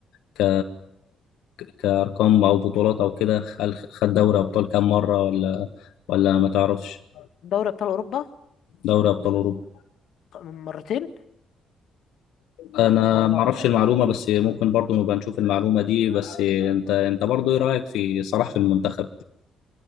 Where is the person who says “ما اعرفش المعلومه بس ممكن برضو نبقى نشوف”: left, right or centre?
Left